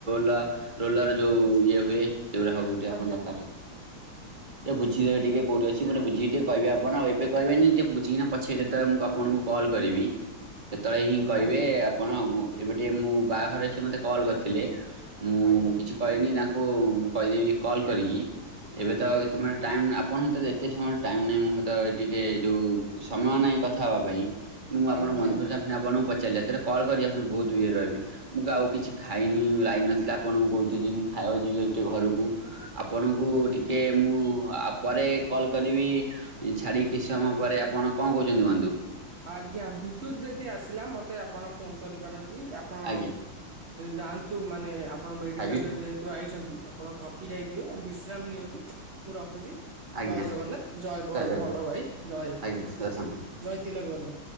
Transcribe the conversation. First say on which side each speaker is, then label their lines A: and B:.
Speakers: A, on the right; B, on the right.
A: ର ରୋଲର ଯୋଉ ଇଏ ହୁଏ ସେଗୁଡା <unintelligible>
B: ଆଜ୍ଞା
A: <inaudible> ସେ ବୁଝିଦେବେ ଟିକେ କଉଠି ଅଛି ମାନେ ବୁଝିିକି ଟିକେ କହିବେ ଆପଣ ଏବେ କହିବେନି ବୁଝିକି ପଛେ ଯେତବେଳେ ମୁଁ ଆପଣ ମୁଁ କଲ କରିବି। ସେତେବେଳେ ହିଁ କହିବେ
B: ଆଜ୍ଞା
A: ଆପଣ ମୁଁ ଏବେ ଟିକେ ମୁଁ ବାହାଘର ଅଛି କଲ କରିଥିଲେ। ମୁଁ
B: ଆଜ୍ଞା
A: କିଛି କହିନି ତାଙ୍କୁ ମୁଁ କହିଦେବି କଲ୍ କରିକି ଏବେ ତ
B: ଆଜ୍ଞା
A: ମାନେ ଟାଇମ୍ ଆପଣ ତ ଏତେ ସମୟର ଟାଇମ୍ ନାହିଁ ମୁଁ ତ ଟିକେ ଯୋଉ ସମୟ ନାହିଁ କଥା ହେବା ପାଇଁ। ମୁଁ ଆପଣ
B: ଆଜ୍ଞା।
A: ବନ୍ଧୁ ଆପଣଙ୍କୁ ପ ଚାଲିବା ଯେତେବେଳେ କଲ କରିିକି ଆପଣ ବହୁତ ଇଏ ରେ ରହିବି ମୁଁ ଆଉ କିଛି ଖାଇନି ଲାଇନ୍ ନଥିଲା ଆପଣଙ୍କୁ କହୁଥିଲି ମୁଁ। ଖାଇବାକୁ ଯିବି ଯାଉଚି ଟିକେ ଘରକୁ। ଆପଣଙ୍କୁ ଟିକେ ମୁଁ ପରେ କଲ୍ କରିବି ଛାଡ଼ି କିଛି ସମୟ ପରେ। ଆପଣ କଣ କହୁଛନ୍ତି ବନ୍ଧୁ।
B: ଆଜ୍ଞା ବିଦ୍ୟୁତ୍ ଯଦି ଆସିଲା ମତେ ଆପଣ ଫୋନ କରିପାରନ୍ତି ଆପଣ
A: ଆଜ୍ଞା
B: ଯାଆନ୍ତୁ ମାନେ ଆପଣ ମେଡ଼ିକାଲରେ
A: ଖାଇବି
B: ଯେହେତୁ ଆଇଛନ୍ତି ଆପଣ ଥକି ଯାଇଥିବେ ବିଶ୍ରାମ ନିଅନ୍ତୁ ମୁଁ ରଖୁଛି।
A: ଆଜ୍ଞା
B: ଜୟ ଜଗନ୍ନାଥ ଜୟ ବ
A: ଆଜ୍ଞା
B: ଭଡ଼ ଭାଇ ଜୟ
A: ଆଜ୍ଞା ଆସନ୍ତୁ।
B: ଜୟ <unintelligible> କରିବା